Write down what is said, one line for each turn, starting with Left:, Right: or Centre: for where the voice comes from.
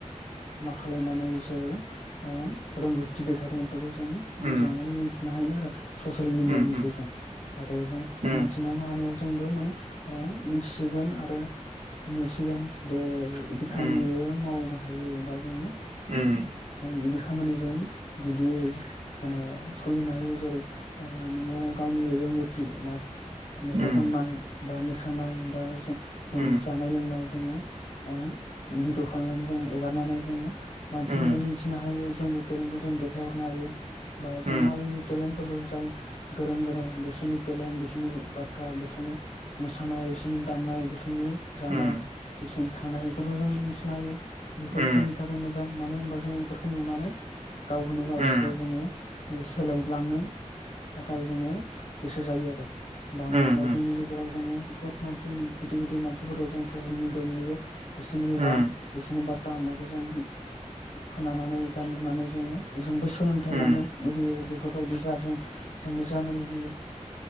Left: मा खालायनानै इसोर ओ रोंगौथि देखायदों बेफोरखौ जों
Right: उम
Left: मोजाङै मिथिनो हायो आरो ससियेल मिडियानि
Right: उम उम
Left: थ्रु जों नाथाय जों
Right: उम
Left: मिथिनो हानायाव जोंबो माने ओ मिथिसिगोन आरो नुसिगोन दे बिदि खामानिबो
Right: उम
Left: मावनो हायोबा जोङो
Right: ओम
Left: बिदि खामानिजों बिदि माने सोलिनो हायो जेरै ओ नोङो गावनि रोंगौथि मा मेथाइ
Right: उम
Left: खननाय बा मोसानाय बा जों
Right: उम
Left: जानाय लोंनाय जोङो ओ भिद' खालामनानै जों एंगारनानै जोङो मानसिफोरनो
Right: उम
Left: मि थिनो हायो जोंनि थेलेनखौ जों देखायहरनो हायो बा जों
Right: उम
Left: मालायनि थेलेन फोरबो जाय गोरों गोरा बिसोरनि टेलेन्ट बिसोरनि बाथ्रा बिसोरनि मोसानाय बिसोरनि दामनाय बिसोरनि जानाय
Right: उम
Left: बिसोरनि थानाय बेफोरखौ जों मिथिनो हायो बेफोरो
Right: उम
Left: जोंनि थाखाय मोजां मानो होनबा जों बेफोरखौ नुनानै गावखौनो गाव
Right: उम
Left: एसे
Right: उम
Left: जोङो सोलायलांनो थाखाय जोङो गोसो जायो आरो दा हमना
Right: उम
Left: ला जोंनि
Right: उम
Left: गेजेराव जोङो बहुत मानसि गिदिर गिदिर मानसिफोरखौ जों ससियेल मेडियानि जों नुयो बिसोरनि
Right: उम
Left: राव
Right: उम
Left: बिसोरनि बाथ था होननायखौ जों खोनानानै बा नुनानै जोंबो सोलोंथायाइ
Right: उम
Left: लानो लुुबैयो बेफोरबायदि जाजों जोंबो जानो लुुबैयो